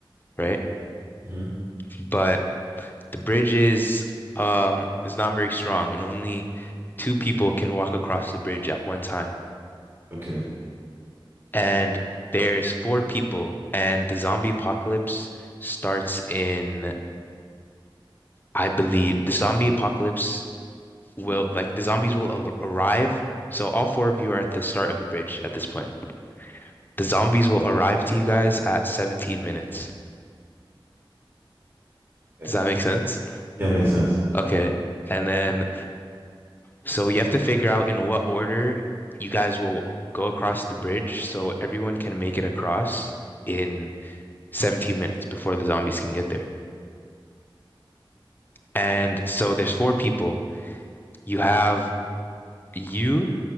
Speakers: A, on the left; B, on the right.
A: right?
B: hmm
A: But The bridge is um is not very strong and only two people can walk across the bridge at one time.
B: Okay.
A: And there's four people and the zombie apocalypse starts in I believe the zombie apocalypse will like the zombies will a- arrive. So all four of you are at the start of the bridge at this point. The zombies will arrive to you guys at 17 minutes.
B: Okay.
A: Does that make sense?
B: Yeah, makes sense.
A: Okay. And then So you have to figure out in what order you guys will go across the bridge so everyone can make it across in 17 minutes before the zombies can get there. And so there's four people. You have you,